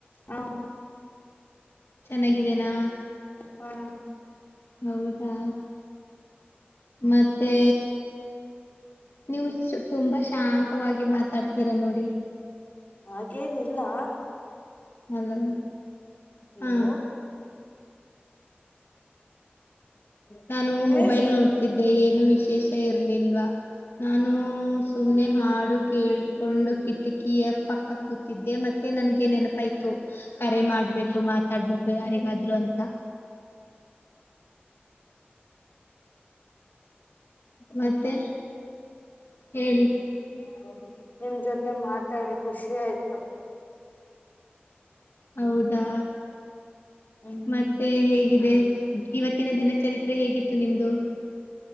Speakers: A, on the left; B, on the left.
A: ಹಾ.
B: ಚೆನ್ನಾಗಿದ್ದೇನಾ
A: ಹ
B: ಹೌದಾ. ಮತ್ತೆ. ನೀವು ತುಂಬಾ ಶಾಂತವಾಗಿ ಮಾತಾಡ್ತೀರಾ ನೋಡಿ.
A: ಹಾಗೇನಿಲ್ಲ.
B: ಹಲೋ.
A: ಹಲೋ
B: ಹಾ ನಾನು
A: ಕೇಳ್ಸ್
B: ಮೊಬೈಲ್ ನೋಡ್ತಿದ್ದೆ ಏನು ವಿಶೇಷ ಇರ್ಲಿಲ್ವಾ. ನಾನು ಸುಮ್ನೆ ಹಾಡು ಕೇಳ್ಕೊಂಡು ಕಿಟಕಿಯ ಪಕ್ಕ ಕೂತಿದ್ದೆ ಮತ್ತೆ. ಅದಕೆ ನನಗೆ ನೆನಪಾಯ್ತು ಕರೆ ಮಾಡ್ಬೇಕು ಮಾತಾಡ್ಬೇಕು ಯಾರಿಗಾದ್ರು ಅಂತ. <inaudible> ಮತ್ತೆ. ಹೇಳಿ. <inaudible>
A: ನಿಮ್ ಜೊತೆ ಮಾತಾಡಿ ಖುಷಿ ಆಯ್ತು
B: ಹೌದಾ
A: ಹ್ಮ್
B: ಮತ್ತೆ ಹೇಗಿದೆ. ಇವತ್ತಿನ ದಿನ ಚರಿತ್ರೆ ಹೇಗಿತ್ತು ನಿಮ್ದು